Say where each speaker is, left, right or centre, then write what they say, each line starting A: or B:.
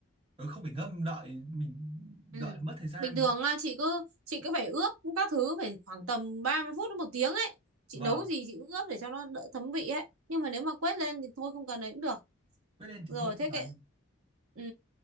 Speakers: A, on the right; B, on the right.
A: ừ, không phải ngâm đợi mình đợi
B: Ừ.
A: mất thời gian
B: Bình thường là chị cứ chị cứ phải ướp các thứ phải khoảng tầm 30 phút đến một tiếng ấy. Chị
A: vâng
B: nấu cái gì chị cũng ướp để cho nó đỡ thấm vị ấy. Nhưng mà nếu mà quét lên thì thôi không cần ấy cũng được.
A: quét lên thì
B: Rồi
A: thôi
B: thế
A: mà
B: cái ừ,